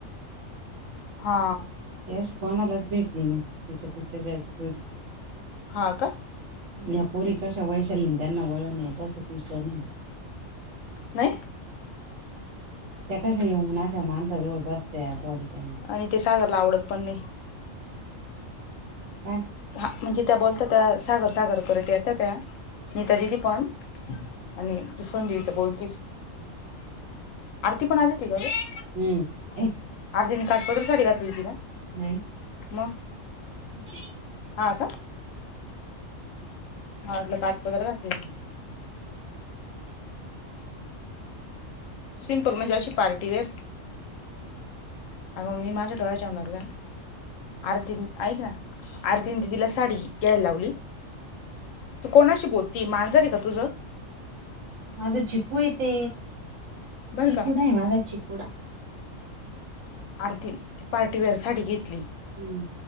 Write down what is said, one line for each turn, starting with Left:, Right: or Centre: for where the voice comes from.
Left: हा
Right: ह ती अशी कोणालाच भेटली ना तिच्या तिच्या ज्याच्यात होती.
Left: हा, का?
Right: या पोरी कशा वैशालीन त्यांना वळण आहे तसं तिचं नाही.
Left: नाही.
Right: त्या कशा येऊ अशा माणसाजवळ बसत्या बोलत्या.
Left: आणि ते सागरला आवडत पण नाही.
Right: काय
Left: हा म्हणजे, त्या बोलता त्या सागर सागर करत येत त्या. नीता दिदि पण आणि कुसुम दिदि तर बोलतीच. आरती पण आलीती का गं?
Right: हम्म ए
Left: आरती न काठपदर साडी घातली होती काय?
Right: नाही
Left: म
Right: <unintelligible>
Left: हा, का? मला वाटलं काठपदर घातलेली. सिम्पल म्हणजे, अशी पार्टीवेअर.
Right: सिंपलच
Left: आगं मी माझ्या डोळ्याजेवनात गं. आरतीन ऐक ना, आरतीन दिदीला साडी घ्यायला लावली. तू कोणाशी बोलती मांजर आहे का तुझं?
Right: माझा चिकू ये ते
Left: बरं
Right: चिकु
Left: का
Right: नाही, माझा चिकुडा.
Left: आरती ती पार्टीवेअर साडी घेतली.
Right: हम्म